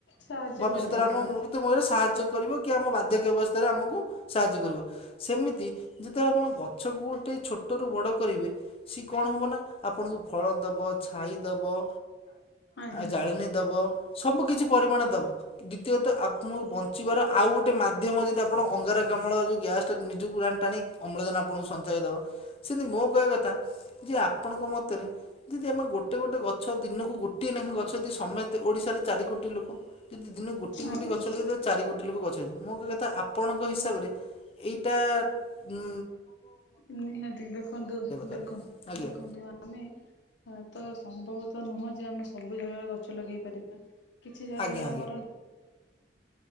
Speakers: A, on the left; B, on the left.
A: ସାହାଯ୍ୟ
B: ଭବିଷ୍ୟତରେ
A: କରିବ
B: ଆମ
A: ଆଜ୍ଞା
B: ମୃତ୍ୟୁମୟରେ ସାହାଯ୍ୟ କରିବ କି ଆମ ବାର୍ଦ୍ଧକ୍ୟ ଅବସ୍ଥାରେ ଆମକୁ ସାହାଯ୍ୟ କରିବ। ସେମିତି ଯେତେବେଳେ ଆପଣ ଗଛକୁ ଗୋଟେ ଛୋଟ ରୁ ବଡ। କରିବେ ସି କଣ ହବ ନା ଆପଣଙ୍କୁ ଫଳ ଦବ ଛାଇ ଦବ।
A: ଆଜ୍ଞା
B: ଜାଳେଣିୀ ଦେବ ସବୁ କିଛି। ପରିମାଣ ଦବ। ଦ୍ଵିତୀୟତଃ ଆପଣ ବଞ୍ଚିବାର ଆଉ ଗୋଟେ ମାଧ୍ୟମ ଯଦି ଆପଣ ଅଙ୍ଗାରକାମ୍ଳ ଯୋଉ। ଗ୍ୟାସ୍ ତ ନିଜକୁ ଆଣିଟାଣି। ଅମ୍ଳଜାନ ଆପଣଙ୍କୁ ସଞ୍ଚୟ ଦବ, ସେମିତି ମୋ କହିବା କଥା ଯେ ଆପଣଙ୍କ ମତରେ ଯଦି ଆମେ ଗୋଟେ ଗୋଟେ ଗଛ ଦିନକୁ ଗୋଟିଏ ନେଖା ଗଛ ଯଦି ସମସ୍ତେ ଓଡିଶାରେ ଚାରି କୋଟି ଲୋକ। ଯଦି ଦିନ ଗୋଟି ଗୋଟି
A: ଆଜ୍ଞା
B: ଗଛ ଲଗେଇଥାଅ ଚାରି ଗୋଟି। ଲୋକ ଗଛେଇ ମୁଁ କହିବା କଥା ଆପଣଙ୍କ ହିସାବରେ। ଏଇଟା ଉ।
A: ନିହାତି ଦେଖନ୍ତୁ
B: ଦରକାର?
A: ଦେଖ
B: ଆଜ୍ଞା
A: ଦେଖନ୍ତୁ ଆମେ ତ। ସମ୍ଭବ ତ ନୁହଁ ଯେ ଆମେ ସବୁ ଜାଗାରେ ଗଛ ଲଗେଇ ପାରିବା। କିଛି ଜାଗାରେ
B: ଆଜ୍ଞା
A: ଆମର।